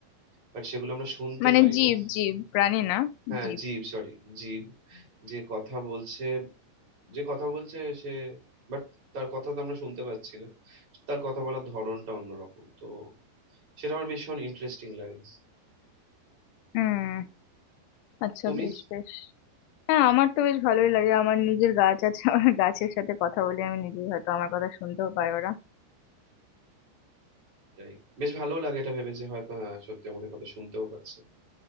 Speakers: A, on the right (about 40°); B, on the left (about 85°).
A: বাট সেগুলো আমরা শুনতে
B: মানে
A: পাই
B: জীব
A: না
B: জীব প্রাণী না
A: হ্যাঁ
B: জীব
A: জীব সরি জীব যে কথা বলছে যে কথা বলছে সে বাট তার কথা তো আমরা শুনতে পাচ্ছি না তার কথা বলার ধরনটা অন্যরকম তো সেটা আমার ভীষণ ইন্টারেস্টিং লাগে
B: হুম আচ্ছা
A: তুমি
B: বেশ বেশ হ্যাঁ আমার তো বেশ ভালোই লাগে আমার নিজের গাছ আছে আমার গাছের সাথে কথা বলে আমি নিজেই হয়তো আমার কথা শুনতেও পায় ওরা
A: এটাই বেশ ভালো লাগে এটা ভেবে যে হয়তো হ্যাঁ সত্যি আমাদের কথা শুনতেও পাচ্ছে